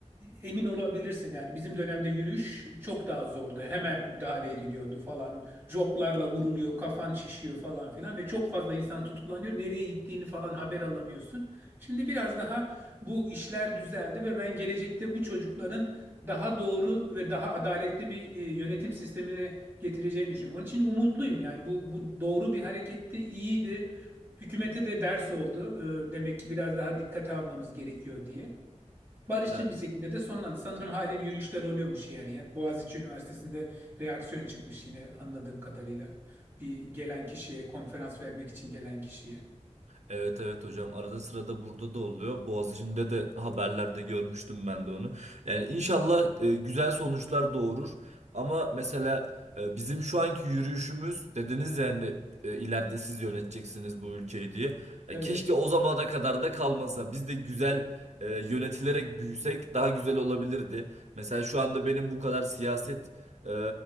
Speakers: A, on the right (about 20°); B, on the right (about 65°).
A: emin olabilirsin yani bizim dönemde yürüyüş çok daha zordu. Hemen müdahale ediliyordu falan. Joplarla vuruluyor, kafan şişiyor falan filan ve çok fazla insan tutuklanıyor. Nereye gittiğini falan haber alamıyorsun. Şimdi biraz daha bu işler düzeldi ve ben gelecekte bu çocukların daha doğru ve daha adaletli bir e, yönetim sistemine getireceğini düşünüyorum. Onun için umutluyum yani bu, bu doğru bir hareketti, iyiydi. Hükümete de ders oldu. Ee, demek ki biraz daha dikkate almamız gerekiyor diye. Barışçıl
B: Yani
A: bir şekilde de sonlandı. Sanırım halen yürüyüşler oluyormuş yer yer. Boğaziçi Üniversitesi'nde reaksiyon çıkmış yine anladığım kadarıyla. Bir gelen kişiye, konferans vermek için gelen kişiye.
B: evet evet hocam arada sırada burada da oluyor. Boğaziçi'nde de haberlerde görmüştüm ben de onu. Yani inşallah e, güzel sonuçlar doğurur. Ama mesela e, bizim şu anki yürüyüşümüz dediniz yani ileride siz yöneteceksiniz bu ülkeyi diye. Ya
A: Evet.
B: keşke o zamana kadar da kalmasa. Biz de güzel e, yönetilerek büyüsek daha güzel olabilirdi. Mesela şu anda benim bu kadar siyaset e,